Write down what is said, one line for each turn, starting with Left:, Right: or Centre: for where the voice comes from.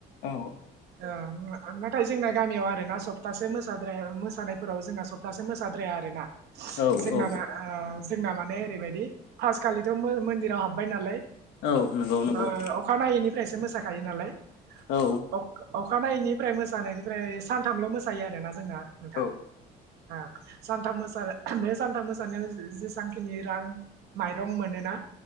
Left: औ
Right: ओ ङ ओंखायनो थासे जोंना गामियाव आरो ना सप्तासे मोसाद्राया मोसा फ्राव जोंना सप्टा मोसाद्राया आरो ना।
Left: औ
Right: जोंना मा ओ जोंना माने ओरैबायदि पासखालिथ' मो मन्दिराव हाबबाय नालाय।
Left: औ नंगौ नंगौ
Right: ओ अखानायै निफ्रायसो मोसाखायो नालाय
Left: औ
Right: अख-अखानायैनिफ्राय मोसानायनिफ्राय सानथामल' मोसायो आरोना जोंना नोंथां।
Left: औ
Right: ओं सानथाम मोसानो बे सानथाम मोसानायाव जेसांखिनि रां माइरं मोनोना